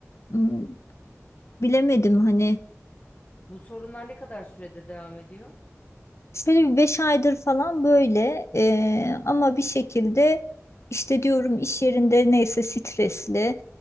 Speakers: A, on the left (about 60°); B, on the left (about 30°).
A: Hmm, bilemedim hani
B: Bu sorunlar ne kadar süredir devam ediyor?
A: şöyle bir beş aydır falan böyle eee, ama bir şekilde işte diyorum iş yerinde neyse stresli